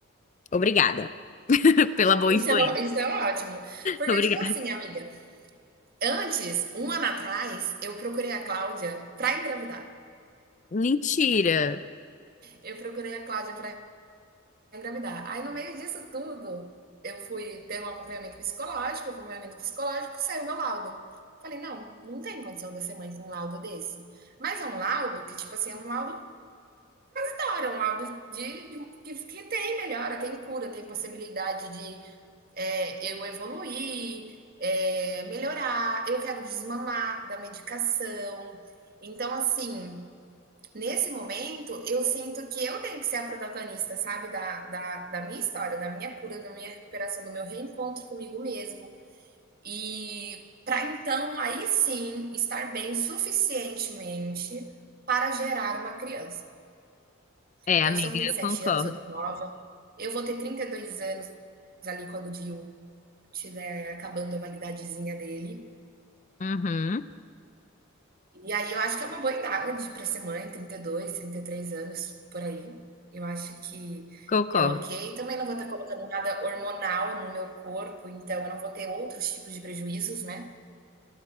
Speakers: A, on the left; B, on the right.
A: Obrigada <laughs> pela boa influência.
B: Isso é, ó- isso é ótimo. Porque,
A: Obrigada.
B: tipo assim, amiga, antes, um ano atrás, eu procurei a Cláudia pra engravidar.
A: Mentira.
B: Eu procurei a Cláudia pra engravidar. Aí, no meio disso tudo, eu fui ter um acompanhamento psicológico, acompanhamento psicológico, saiu meu laudo. Falei, não, não tem condição de eu ser mãe com um laudo desse. Mas é um laudo que, tipo assim, é um laudo da hora, é um laudo de, de- que, que tem melhora, tem cura, tem possibilidade de é, eu evoluir, é, melhorar, eu quero desmamar da medicação. Então, assim, nesse momento, eu sinto que eu tenho que ser a protagonista, sabe? Da, da, da minha história, da minha cura, da minha recuperação, do meu reencontro comigo mesmo. E para então, aí sim, estar bem suficientemente para gerar uma criança.
A: É,
B: Então,
A: amiga,
B: eu estou com vinte
A: eu
B: e sete
A: concordo.
B: anos, eu tô nova. Eu vou ter 32 anos ali quando o Dio tiver acabando a validadezinha dele.
A: Uhum,
B: E aí eu acho que é uma boa idade para ser mãe, 32, 33 anos, por aí. Eu acho que
A: concordo.
B: é ok. Também não vou estar colocando nada hormonal no meu corpo, então eu não vou ter outros tipos de prejuízos, né?